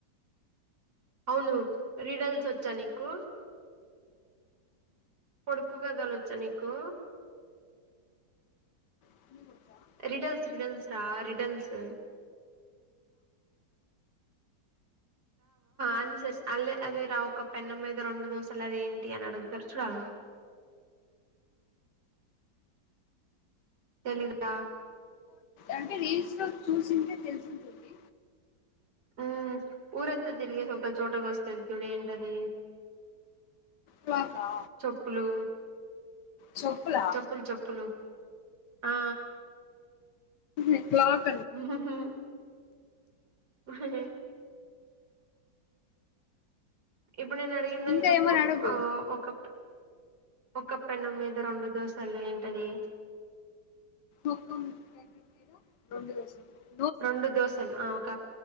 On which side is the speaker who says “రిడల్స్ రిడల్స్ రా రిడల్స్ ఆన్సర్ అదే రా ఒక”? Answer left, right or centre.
Right